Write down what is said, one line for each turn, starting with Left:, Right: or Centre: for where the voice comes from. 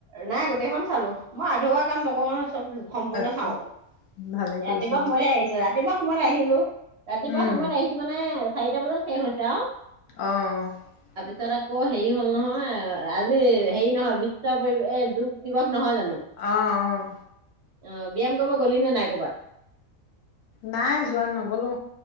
Right: নাই গোটেইখন চালো মই আধৰুৱা কাম নকওঁ নহয়। চব সম্পূৰ্ণ
Left: আচ্ছা
Right: চাও।
Left: ভালেই
Right: ৰাতিপুৱা
Left: কৰিছ দে
Right: সময়তে আহিছো, ৰাতিপুৱা সময়ত আহিলো। ৰাতিপুৱা
Left: উম
Right: সময়ত আহিছো মানে চাৰিটা বজাত শেষ হৈছে আও।
Left: অহ অ।
Right: ছত আকৌ হেৰি হ'ল নহয় আজি হেৰি নহয় বিশ্ব পৰিৱে অ যোগ দিৱস। নহয় জানো
Left: আহ অহ।
Right: অ ব্যায়াম কৰিব গ'লিনে নাই ক'বাত?
Left: নাই যোৱা নগলো।